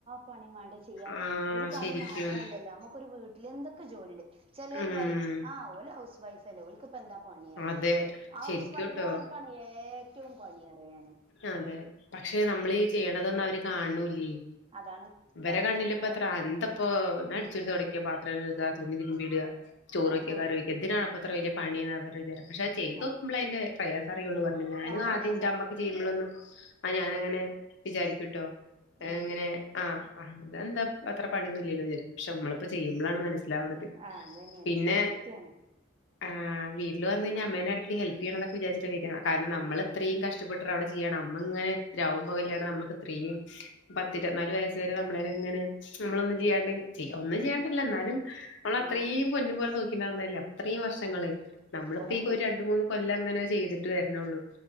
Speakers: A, on the right; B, on the left.
A: പണിമാണ്ട ചെയ്യാ
B: ആഹ്
A: ഒരു പണി
B: ശരിക്കും
A: മാത്രല്ലല്ലോ നമ്മുക്കൊരു വീട്ടിലെന്തൊക്കെ ജോലിണ്ട് ചെലോല്
B: ഉം
A: പറിം ആ ഓല് ഹൗസ് വൈഫല്ലേ ഓൽക്കെ പ്പെന്താ പണി റിം
B: അതെ
A: ഹൗസ്
B: ശരിക്കൂട്ടോ
A: വൈഫുമാർക്കാണ് ഏറ്റവുംപണിയാറിയാന്
B: അ തെ പക്ഷേ നമ്മളീ ചെയ്യണതൊന്നും
A: ആഹ്
B: അവര് കാണ് ണൂ ലേ
A: അതാണ്
B: ഇവരകണ്ണിലിപ്പത്ര
A: രാവിലെ നേരം
B: അന്ത പ്പൊ ഒന്നടിച്ചേരി തൊടക്ക പാത്രം കഴ്ക തുണിതിര്മ്പിടാ ചോറുവയ്ക
A: ആന്നെ
B: കറി
A: ഉള്ളൂ
B: വെക്ക ന്തിനാ പത്ര വെല്ല്യ പണിന്നാ അവരുടെവിചാരം പക്ഷേ അഅ് ചെയ്തുനോക്കുമ്പളയ്ന്റെ
A: ആ
B: പ്രയാസറിയൊള്ളൂ ർഞ്ഞ് ഞാനു
A: ആന്നെ
B: ആദ്യന്റെമ്മ
A: സത്യം
B: ചെയ്യുമ്പോളൊന്നും ആ ഞാനങ്ങനെ വിചാരിക്കൂട്ടോ
A: ഉം
B: അങ്ങനെ ആ അ അതെന്താ അത്ര പണിയൊന്നുല്ലല്ലോ വിചാരിക്കും പക്ഷേ നമ്മളിപ്പോ ചെയ്യുമ്പോളാണുമനസി ലാവ്ണത്
A: ആ അതന്നെയാണ്
B: പിന്നെ
A: സത്യാണ്
B: ആ വീട്ടില് വന്നഴ്ഞ്ഞാ അമ്മേനെട്ക്ക് ഹെൽപ്പചയ്യണന്നൊക്കെ വിചാരിച്ചിട്ടാ വെരാ കാരണം നമ്മളെത്രയും കഷ് ഇഷ്ടപ്പെട്ട്രവടെ ചെയ്യണ് അമ്മങ്ങനെ രാവും പകലില്ലാണ്ട് നമ്മക്ക് ത്രേം പത്തിരുപത്തിനാലു വയസുവരെ നമ്മളനിങ്ങനെ നമ്മളൊന്നും ചെയ്യാണ്ടി
A: അതെ
B: ഒന്നും ചെയ്യാണ്ടല്ല എന്നാലും നമ്മളത്രേം
A: ആ
B: പൊന്നു പോലെ നോക്കി ണ്ടായിരുന്നല്ലോ അത്രേം വർഷങ്ങള്
A: ആ
B: നമ്മളപ്പി
A: അതന്നെയാണ്
B: കൊരണ്ടുമൂന്ന് കൊല്ലങ്ങനെ ചെയ്തിട്ട് വര്ന്നൊള്ളൂ